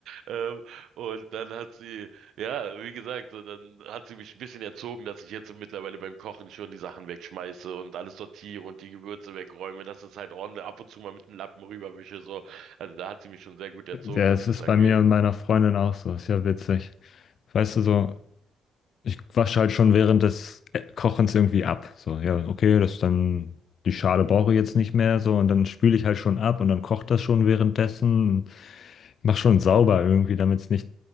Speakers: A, on the right; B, on the left.
A: Ähm, und dann hat sie, ja, wie gesagt, so, dann hat sie mich ein bisschen erzogen, dass ich jetzt mittlerweile beim Kochen schon die Sachen wegschmeiße und alles sortiere und die Gewürze wegräume, dass das halt ordentlich ab und zu mal mit dem Lappen rüberwische, so. Also da hat sie mich schon sehr gut erzogen,
B: Ja,
A: was
B: es
A: das
B: ist
A: angeht.
B: bei mir und meiner Freundin auch so. Ist ja witzig. Weißt du, so Ich wasche halt schon während des äh, Kochens irgendwie ab. So, ja, okay, das ist dann, die Schale brauche ich jetzt nicht mehr, so, und dann spüle ich halt schon ab und dann kocht das schon währenddessen. Mach schon sauber irgendwie, damit es nicht